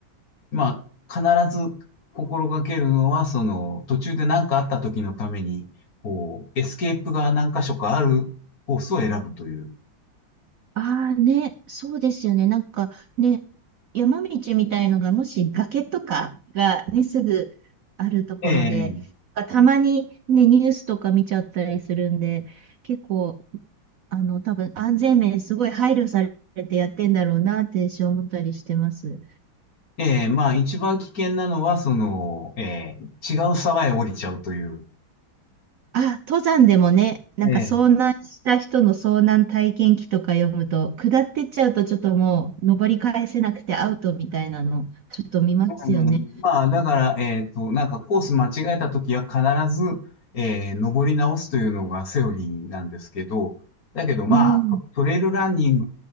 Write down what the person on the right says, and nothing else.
ああね、そうですよね。なんかね、山道みたいのがもし崖とかがね、すぐあるところで、
たまにね、ニュースとか見ちゃったりするんで、結構、あの、多分安全面すごい配慮されてやってんだろうなって私思ったりしてます。
あ、登山でもね、なんか遭難した人の遭難体験記とか読むと、
下ってっちゃうとちょっともう登り返せなくてアウトみたいなの、ちょっと見ますよね。
うん。